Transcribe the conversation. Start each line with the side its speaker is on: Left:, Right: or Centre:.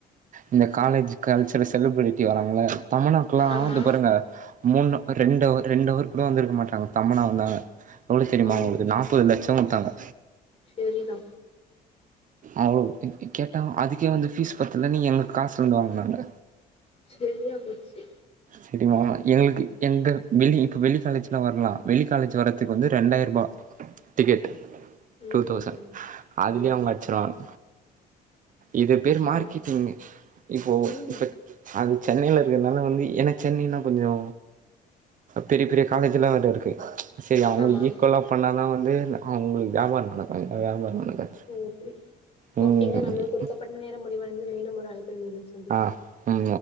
Right: இந்த காலேஜ் கல்ச்சுரல் செலிபிரிட்டி வராங்கள தமனா க்குல்லா
Left: ஆமா
Right: இந்த பாருங்க மூனு ரெண்டு அவர் ரெண்டு அவர் கூட வந்திருக்க மாட்டாங்க தமன்னா வந்தாங்க எவ்ளோ தெரியுமா
Left: ஓ
Right: அவங்களுக்கு நாப்பது லட்சொ குடுத்தாங்க
Left: செரி தா
Right: அவ்ளு ம் ம் கேட்டா அதுக்கே வந்து ஃபீஸ் பத்துலனு எங்க காசுல இருந்து வாங்குனாங்க
Left: செரியா போச்சு
Right: தெரியுமா எங்களுக்கு எந்த வெளி இப்ப வெளி காலேஜ்க்குலா வர்லா வெளி காலேஜ் வரதுக்கு வந்து ரெண்டாயிரூபா டிக்கெட்
Left: ம்
Right: டூ தௌசன் அதுலே
Left: ஓ
Right: அவங்க அடிச்சிருவாங்க இது பேரு மார்க்கெட்டிங்
Left: ஓ
Right: இப்போ
Left: ம்
Right: இப்ப அது சென்னைல இருக்கனால வந்து எனக் சென்னைன்னா கொஞ்சோ பெரிய பெரிய காலேஜ்ல்லா வேற இருக்கு செரி அவங்களுக்கு
Left: ஆமா
Right: ஈக்குவலா பண்ணா தா வந்து அவங்களுக்கு வியாபார நடக்கு இல்லனா வியாபார நடக்காது
Left: ஒ அப்டி
Right: ம்
Left: ஓகேங்க நம்ளுக்கு குடுக்கப்பட்ட நேரம் முடிவடைந்தது மீண்டும் ஒரு அழைப்பில் மீண்டும் ச
Right: ஆ ம்